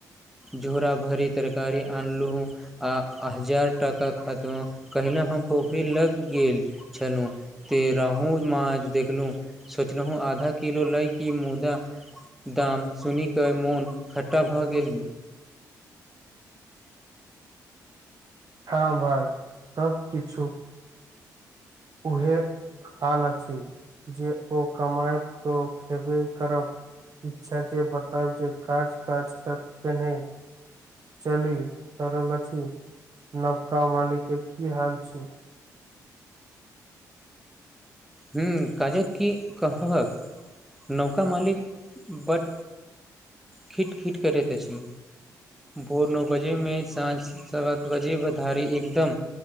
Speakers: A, in the centre; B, on the right.
A: झोरा भरी तरकारी आनलहुं आ हजार टका खत्म कहिने हम पोखरि लग गेल छलहुँ ते रेहू माँछ देखलू सोचलहु आधा किलो लयकेँ मुदा दाम सुनिकऽ मोन खट्टा भऽ गेल
B: हँ भाइ सभ किछु उहे हाल अछि जे ओ कमायब तऽ खेबे करब इच्छा जे बताउ जे काज काज कर नहि चली रहल अछि नवका मालिक केँ की हाल छै
A: हूँ काजक की कहवक नवका मालिक बढ खिट खिट करैत अछि भोर नओ बजे में साँझ सात बजे धरि एकदम